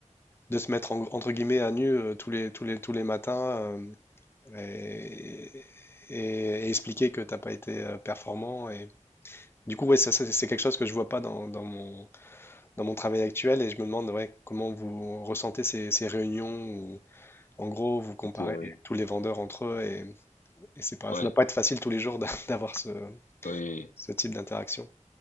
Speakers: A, on the left (about 20°); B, on the left (about 85°).
A: de se mettre en- entre guillemets à nu euh, tous les, tous les, tous les matins euh, et, et- et expliquer que t'as pas été euh, performant. Et... Du coup, ouais, ça, ça, c'est quelque chose que je vois pas dans, dans mon, dans mon travail actuel et je me demande ouais, comment vous ressentez ces, ces réunions où, en gros, vous comparez
B: ok, oui.
A: les- tous les vendeurs entre eux et, et c'est pas,
B: Ouais,
A: ça doit pas être facile tous les jours d'a- <laughs> d'avoir ce,
B: oui. oui.
A: ce type d'interaction.